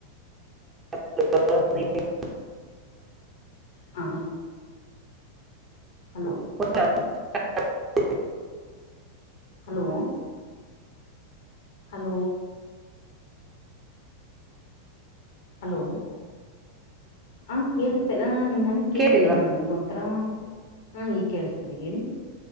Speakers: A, on the right (about 20°); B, on the left (about 55°).
A: <unintelligible>
B: ಹಾ <inaudible> ಹಲೋ
A: <unintelligible>
B: ಹಲೋ ಹಲೋ ಹಲೋ <inaudible> ಹ ಕೇಳಿಸತಲ್ಲ ನ ಕೇಳಿಸ್ತಾ
A: ಕೇಳ್ತಿಲ್ವಾ
B: ಇಲ್ಲ ನನ್ಗ ಒಂಥರಾ <inaudible> ಹ ಈಗ ಕೇಳಿಸಸ್ತಿದೆ ಹೇಳಿ